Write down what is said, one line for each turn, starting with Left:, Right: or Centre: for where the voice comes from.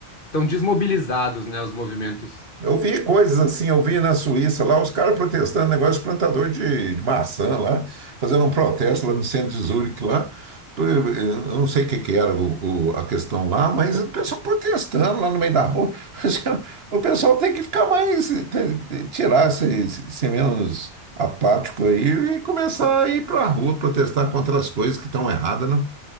Left: estão desmobilizados, né, os movimentos.
Right: Eu vi coisas assim, eu vi na Suíça lá, os caras protestando, negócio de plantador de, de maçã lá, fazendo um protesto lá no centro de Zurique lá. Eu não sei o que que era o- o- a questão lá, mas o pessoal protestando lá no meio da rua. <laughs> O pessoal tem que ficar mais, tem- tem- tirar, ser, ser menos apático aí e começar a ir para a rua protestar contra as coisas que estão erradas, né?